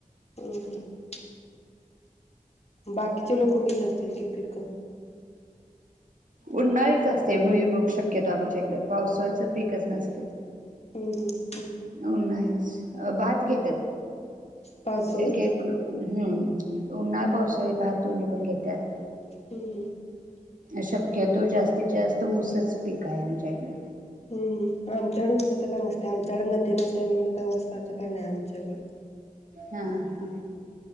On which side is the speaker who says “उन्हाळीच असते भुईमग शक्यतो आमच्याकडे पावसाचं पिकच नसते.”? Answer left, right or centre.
Right